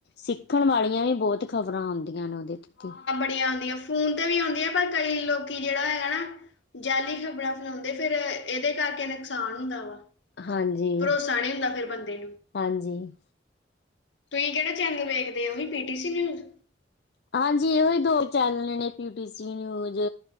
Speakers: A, on the left; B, on the left.
A: ਸਿੱਖਣ ਵਾਲੀ਼ਆਂ ਵੀ ਬੋਤ ਖ਼ਬਰਾਂ ਔਦੀਆਂ ਨੇ ਓਦੇ ਤੇ ਤੇ।
B: ਤੇ ਔਦੀਆਂ ਫੂਨ ਤੇ ਵੀ ਔਂਦੀਆ ਪਰ ਕਈ ਲੋਕੀ ਜੇੜਾ ਹੈਗਾ ਨਾ ਜਾਲੀ ਖਬਰਾਂ ਫ ਤੇ ਫੇਰ ਏਦੇ ਕਰਕੇ ਨਕਸਾਨ ਹੁੰਦਾ ਵਾ।
A: ਹਾਂਜੀ-ਹਾਂਜੀ।
B: ਭਰੋਸਾ ਨਹੀਂ ਹੁੰਦਾ ਫਿਰ ਬੰਦੇ ਤੁਹੀਂ ਕੇੜਾ ਚੈਨਲ ਵੇਖਦੇ ਓ, ਓਹੀ ਪੀ ਟੀ ਸੀ ਨਿਊਜ਼?
A: ਹਾਂਜੀ, ਏਹੀ ਦੋ ਚੈਨੀ ਨੇ ਪੀਟੀ ਸੀ news.